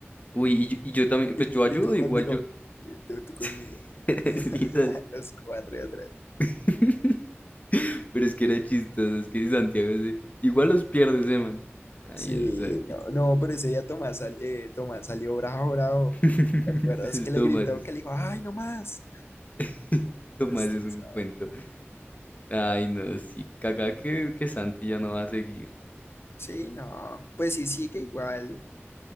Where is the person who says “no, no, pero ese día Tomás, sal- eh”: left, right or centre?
Left